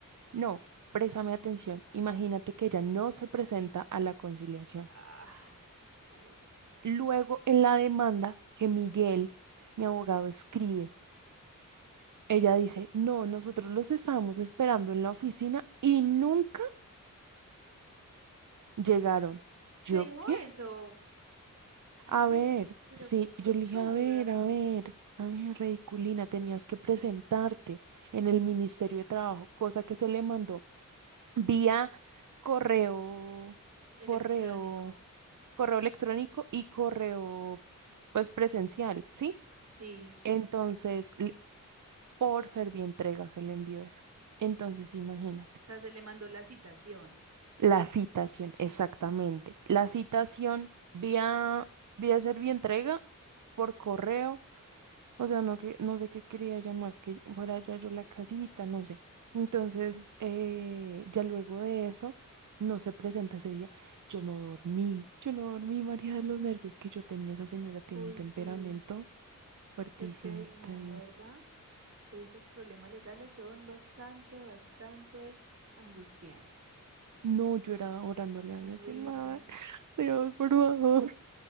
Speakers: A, on the right; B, on the right.
A: No, préstame atención. Imagínate que ella no se presenta a la conciliación.
B: Ah, pucha.
A: Luego, en la demanda que Miguel, mi abogado, escribe. Ella dice, no, nosotros los estábamos esperando en la oficina y nunca llegaron. ¿Yo
B: ¿Te dijo
A: qué?
B: eso? Ay,
A: A
B: pero,
A: ver,
B: pero
A: sí,
B: qué conchuda.
A: yo le dije, a ver, a ver, a ver, ridiculina, tenías que presentarte en el Ministerio de Trabajo, cosa que se le mandó vía correo,
B: Electrónico.
A: correo, correo electrónico y correo, pues presencial, ¿sí?
B: Sí.
A: Entonces, l- por Servientrega se le envió eso. Entonces, imagínate.
B: O sea, se le mandó la citación.
A: La citación, exactamente. La citación vía, vía entrega por correo, o sea, no que, no sé qué quería ella más que fuera ya yo la casita, no sé. Entonces, eh, ya luego de eso, no se presenta ese día. Yo no dormí, yo no dormí, María, de los nervios que yo tenía. Esa señora tiene
B: Uy,
A: un temperamento
B: sí.
A: fuertísimo,
B: Es que no,
A: te digo.
B: la verdad, esos problemas legales son bastante, bastante angustiantes.
A: No, yo era orándole a
B: Horrible,
A: Dios, yo, madre, Dios, por favor.